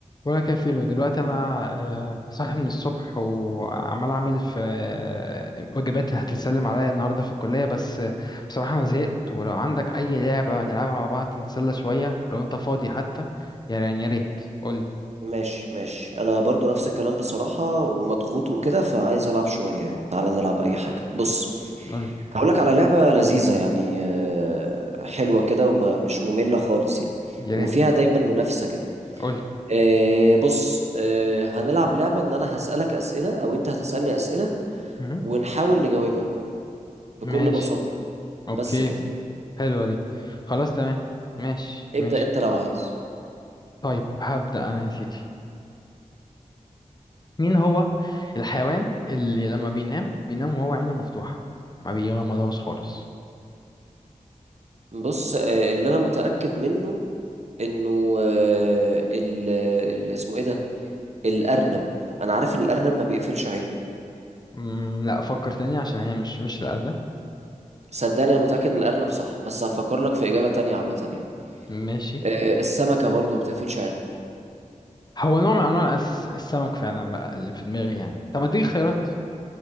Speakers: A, on the left; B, on the right.
A: ولا كفيله دلوقتي انا آه، صاحي من الصبح وعمال اعمل في آه، وجبات هتتسلم عليا النهارده في الكليه بس آه، بصراحه انا زهقت ولو عندك اي لعبه نلعبها مع بعض نتسلى شويه ولو انت فاضي حتى يعني يا ريت قولي
B: ماشي ماشي انا برضو نفس الكلام بصراحة ومضغوط وكده فعايز العب شوية يعني تعالى نلعب اي حاجة بص
A: قولي
B: هقولك على لعبة لذيذة يعني آه، حلوة كده ومش مملة خالص يعني
A: يا
B: وفيها
A: ريت
B: دايما منافسة كده
A: قولي
B: آه، بص آه، هنلعب لعبة ان انا هسألك اسئلة او انت هتسألني اسئلة
A: مهم.
B: ونحاول نجاوبها بكل
A: ماشي
B: بساطة
A: اوكي
B: بس كده
A: حلوه دي خلاص تمام ماشي
B: ابدأ
A: ماشي
B: انت لو عايز
A: طيب هبدا انا يا سيدي مين هو الحيوان اللي لما بينام بينام وهو عينه مفتوحة ما بيغمضهاش خالص
B: بص آه، اللي انا متأكد منه انه آه، ال ال- اسمه ايه ده الأرنب أنا عارف إن الأرنب ما بيقفلش عينه
A: مم لا فكر تاني عشان هي مش مش الأرنب
B: صدقني أنا متأكد إن الأرنب صح بس هفكر لك في إجابة تانية عامة يعني
A: ماشي
B: آه، السمكة برضو ما بتقفلش عينها
A: هو نوع من أنواع الأس- السمك فعلا بقى اللي في دماغي يعني طب اديك اختيارات